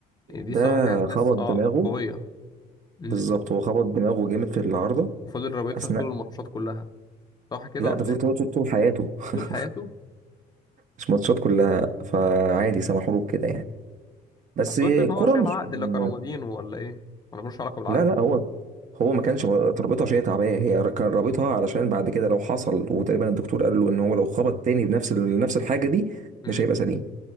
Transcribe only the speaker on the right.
تشيك
ده
خبط
دماغه
بالظبط هو خبط دماغه جامد في العارضه
اثناء
لا
ده فضل
كده طول طول حياته <laughs>
مش ماتشات كلها فعادي سمحوا له بكده يعني بس
الكرة
مش
من...
لا لا هو هو ما كانش رابطها عشان هي تعبانه هي كان رابطها علشان بعد كده لو حصل وتقريبا الدكتور قال له ان هو لو خبط تاني بنفس ال- نفس الحاجه دي
مش هيبقى سليم